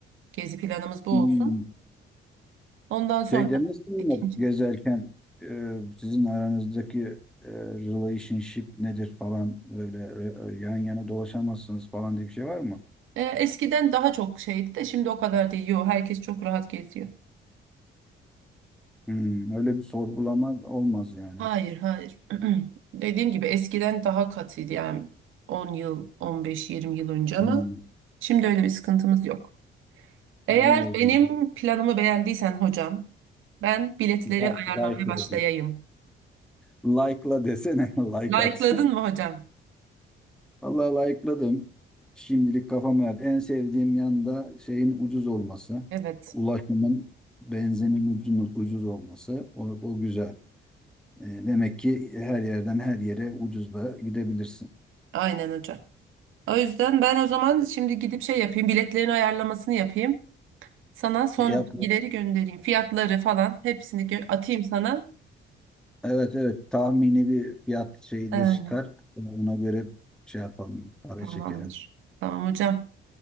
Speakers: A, on the right; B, in the centre.
A: gezi planımız bu
B: Hmm.
A: olsun ondan sonra
B: Şey demesinler
A: ikinci.
B: gezerken e, sizin aranızdaki e, relationship nedir falan böyle e, e, yan yana dolaşamazsınız falan diye bir şey var mı?
A: Ee, eskiden daha çok şeydi de şimdi o kadar değil yo herkes çok rahat geziyor.
B: Hmm, öyle bir sorgulama olmaz yani.
A: Hayır hayır <clears throat> dediğim gibi eskiden daha katıydı yani 10 yıl 15-20 yıl önce ama
B: Hmm,
A: şimdi öyle bir sıkıntımız yok. Eğer
B: yani iyi o
A: benim
B: zaman.
A: planımı beğendiysen hocam, ben biletleri
B: Like,
A: ayarlamaya
B: like'la
A: başlayayım.
B: des. Like'la desene, <laughs> like
A: Like'ladın
B: at.
A: mı hocam?
B: <laughs> Vallahi like'ladım. Şimdilik kafama yat. En sevdiğim yanda şeyin ucuz olması.
A: Evet,
B: Ulaşımın, benzinin ucuz, ucuz olması. O, o güzel. E, Demek ki her yerden her yere ucuzla gidebilirsin.
A: aynen hocam. O yüzden ben o zaman şimdi gidip şey yapayım, biletlerin ayarlamasını yapayım. Sana son
B: Ya,
A: bilgileri göndereyim. Fiyatları falan hepsini gö- atayım sana.
B: evet evet tahmini bir fiyat şeyi
A: Yani,
B: de çıkar. Ona göre şey yapalım, para
A: tamamdır.
B: çekelim.
A: Tamam hocam.